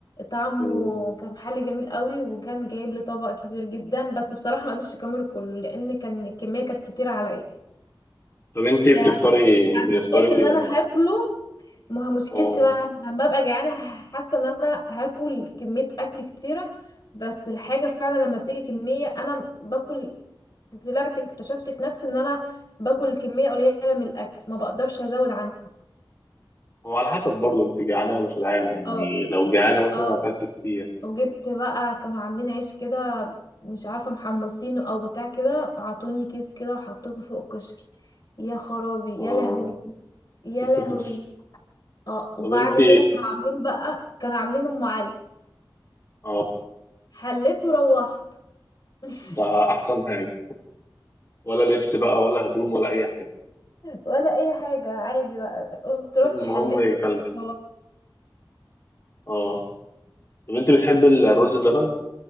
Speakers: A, on the left; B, on the left.
A: طعمه
B: مم.
A: كان محل جميل قوي وكان جايب لي طبق كبير جدا بس بصراحة ما قدرتش اكمله كله لان كان الكمية كانت كتيرة عليا
B: طب أنت بتفطري
A: يعني أنا
B: بتفطري
A: حسيت ان انا هاكله ما هو مشكلتي
B: اه
A: بقى لما ابقى جعانه حاسه ان انا هاكل كميه اكل كتيره بس الحاجه فعلا لما بتيجي كميه انا باكل طلعت اكتشفت في نفسي ان انا باكل كميه قليله من الاكل ما بقدرش ازود عنها
B: هو على حسب برضه انت جعانه ولا شبعانه يعني
A: اه
B: لو جعانه مثلا
A: اه
B: هتاكل كتير
A: وجبت بقى كانوا عاملين عيش كده مش عارفه محمصينه او بتاع كده عطوني كيس كده وحطيته فوق الكشري يا خرابي
B: اه
A: يا لهوي يا
B: <laughs>
A: لهوي اه وبعد
B: طب انت
A: كده كانوا عاملين بقى كانوا عاملين ام علي
B: اه
A: حليت وروحت <laughs>
B: ده احسن حاجه ولا لبس بقى ولا هدوم ولا اي حاجه
A: ولا اي حاجه عادي بقى قمت روحت
B: المهم
A: حليت وقمت
B: كلتي
A: روحت
B: اه طب انت بتحب الرز بلبن